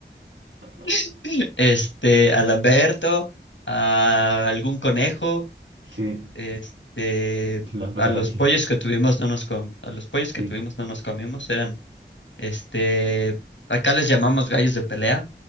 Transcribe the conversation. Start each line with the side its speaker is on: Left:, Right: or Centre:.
Right: <laughs>
Left: <laughs> Este, a Lamberto, a algún conejo,
Right: Sí,
Left: este,
Right: Lamberto,
Left: a los pollos que tuvimos no nos com- a los pollos que
Right: sí.
Left: tuvimos no nos comimos, eran, este, acá les llamamos gallos de pelea,